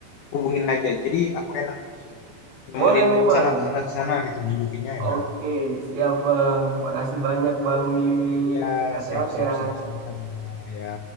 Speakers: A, on the left; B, on the right.
A: hubungin aja. Jadi aku enak maksudnya. Nemenin
B: Boleh nih Bang.
A: sana ke sana ke sana gitu, nunjukinnya
B: Oke,
A: enak.
B: siap Bang. Makasih banyak Bang
A: Oke,
B: Willy.
A: iya
B: Hati-hati
A: siap siap
B: ya.
A: siap sama-sama ya.